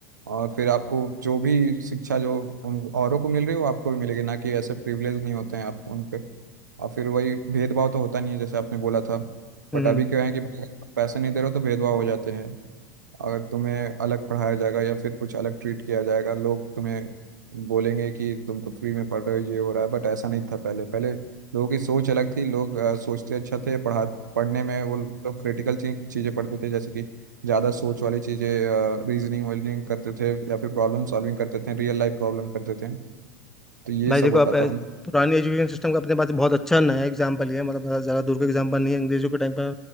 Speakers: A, on the right; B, in the centre.
A: और फिर आपको जो भी शिक्षा जो उन औरों को मिल रही है वो आपको भी मिलेगी ना कि ऐसे प्रिविलेज नहीं होते हैं आप उनके और फिर वही भेदभाव तो होता नहीं है जैसे आपने बोला था
B: हम्म
A: बट अभी क्या है कि पैसे नहीं दे रहे हो तो भेदभाव हो जाते हैं अगर तुम्हें अलग पढ़ाया जाएगा या फिर कुछ अलग ट्रीट किया जाएगा लोग तुम्हें बोलेंगे कि तुम तो फ्री में पढ़ रहे हो ये हो रहा है बट ऐसा नहीं था पहले पहले लोगों की सोच अलग थी लोग अ, सोचते अच्छा थे पढ़ा पढ़ने में वो लोग क्रिटिकल चीज़ें पढ़ते थे जैसे कि ज़्यादा सोच वाली चीज़ें रीजनिंग वीजनिंग करते थे या फिर प्रॉब्लम सॉल्विंग करते थे रियल लाइफ प्रॉब्लम करते थे तो ये
B: भाई
A: सब
B: देखो
A: होता
B: आप अ,
A: था उन
B: पुरानी एजुकेशन सिस्टम का अपने पास बहुत अच्छा नया एग्जाम्पल है मतलब ज़्यादा ज़्यादा दूर का एग्जाम्पल नहीं है अंग्रेजों के टाइम का